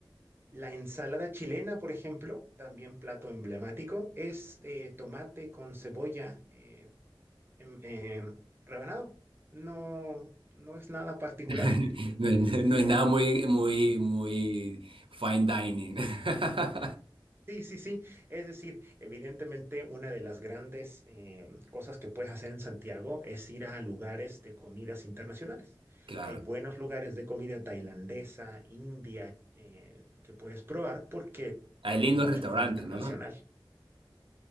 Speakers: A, on the right; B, on the right.
A: La ensalada chilena, por ejemplo, también plato emblemático, es eh, tomate con cebolla, eh, em, em, rebanado. No, no es nada particular.
B: <laughs> No, es no es nada muy, muy, muy fine dining. <laughs>
A: Sí, sí, sí. Es decir, evidentemente una de las grandes eh, cosas que puedes hacer en Santiago es ir a lugares de comidas internacionales.
B: Claro.
A: Hay buenos lugares de comida tailandesa, india, eh, que puedes probar porque
B: Hay
A: no
B: lindos
A: hay mucha
B: restaurantes,
A: oferta nacional.
B: ¿no?